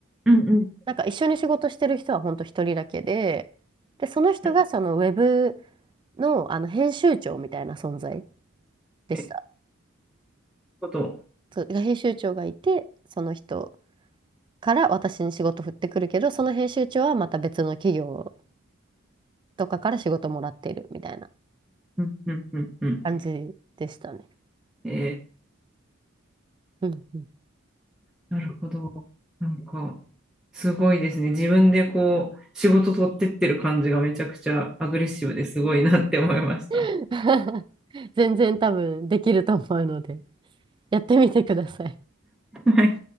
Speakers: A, in the centre; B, on the right.
A: うんうん
B: なんか一緒に仕事してる人は本当一人だけで、で、その人がそのウェブ
A: うん。
B: の、あの編集長みたいな存在でした。
A: はい、こと。
B: そう、が編集長がいて、その人から私に仕事振ってくるけど、その編集長はまた別の企業とかから仕事もらっているみたいな
A: うんうんうんうん。うん
B: 感じでしたね。
A: えー
B: うんうん。
A: なるほど。なんか、すごいですね。自分でこう、仕事取ってってる感じがめちゃくちゃアグレッシブですごいなって思いました。
B: <laughs> 全然多分できると思うので。やってみてください。
A: はい